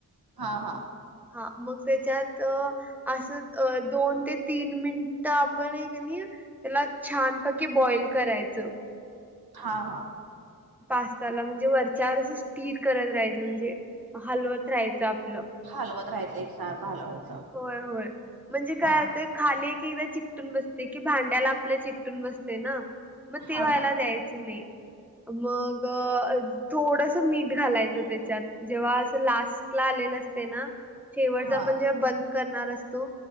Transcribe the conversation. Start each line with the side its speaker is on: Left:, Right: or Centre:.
Right: हा हा.
Centre: हा मग त्याच्यात असं अ दोन ते तीन मिनिट आपण हे कनी त्याला छानपैकी बॉइल करायचं
Right: हा हा.
Centre: पास्ताला म्हणजे वरच्यावर स्टिर करत राहायचं म्हणजे हलवत राहायचं आपलं
Right: हलवत राहाचं एक सारखं हलवायचं.
Centre: होय होय म्हणजे काय
Right: हा
Centre: होत खाली एक एकदा ची चटून बसते कि भांड्याला आपल्या चिटून बसते ना मग
Right: हा
Centre: ते व्हायला
Right: हा
Centre: द्यायचं नाही. मग थोडस मीठ घालायचं त्याच्यात. जेव्हा असं लास्ट ला आलेलं असते ना शेवटचा
Right: हा
Centre: आपण जेव्हा बंद करणार असतो